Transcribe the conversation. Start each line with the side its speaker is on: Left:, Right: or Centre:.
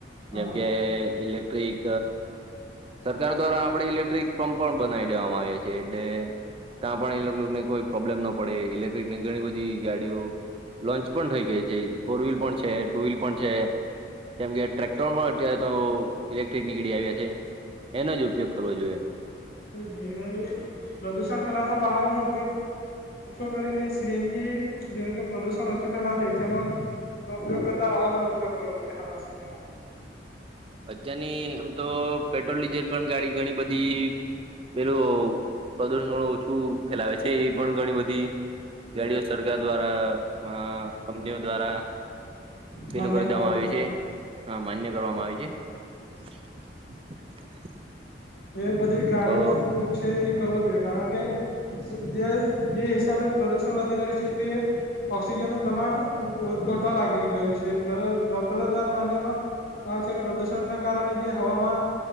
Left: હા
Right: જેમ કે ઇલેક ક્રિક સરકાર દ્વારા આપડે ઇલેક્ટ્રિક પંપ પણ બનાવી દેવામાં આવ્યો છે એટલે ત્યાં પણ ઇલેક્ટ્રિકને કોઈ પ્રોબ્લેમ ન પડે ઇલેક્ટ્રિકની ઘણી બધી ગાડીઓ લોન્ચ પણ થઈ ગઈ છે ફોર વ્હીલ પણ છે ટુ વ્હીલ પણ છે. જેમ કે ટ્રેક્ટર પણ અત્યારે તો ઇલેક્ટ્રિક નીકળી આવ્યા છે એનો જ ઉપયોગ કરવો જોઈએ.
Left: એ એઆઈ એ પ્રદુષણ ફેલાતા વાહનો નો ઉપયોગ ઓછો કરીને સીએનજી જેમ કે પ્રદુષણ ઓછું ફેલાતા ઇથેનોલ નો ઉપયોગ કરતા વાહનો નો ઉપયોગ કરવો જોઈએ હાલના સમયમાં
Right: અત્યારની આમ તો પેટ્રોલ ડીઝલ પણ ગાડી ઘણી બધી. પેલું પ્રદુષણ ઓછું ફેલાવે છે એ પણ ઘણી બધી. ગાડીઓ સરકાર દ્વારા કંપનીઓ દ્વારા
Left: માન્ય
Right: પેલું કરી
Left: કરવામાં
Right: દેવામાં આવ્યું છે હા માન્ય કરવામાં આવે છે. <inaudible>
Left: આવે એ બધી ગાડી
Right: તો
Left: નો ઉપયોગ છે એ કરવો જોઈએ કારણ કે જે જે હિસાબે પ્રદુષણ વધી રહ્યું છે તે ઓક્સિજન નું પ્રમાણ ઘટવા લાગી ગયું છે ડોક્ટરો દ્વારા માન્યમાં આવે છે કે પ્રદુષણના કારણે જે હવામાં